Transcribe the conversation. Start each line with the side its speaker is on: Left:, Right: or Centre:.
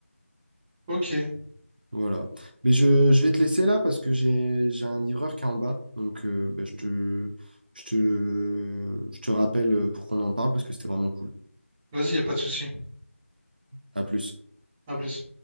Centre: Ok.
Right: Voilà. Mais je, je vais te laisser là parce que j'ai, j'ai un livreur qui est en bas. Donc, euh, ben, je te, je te, je te rappelle euh, pour qu'on en parle parce que c'était vraiment cool.
Centre: Vas-y, y a pas de souci.
Right: À plus.
Centre: À plus.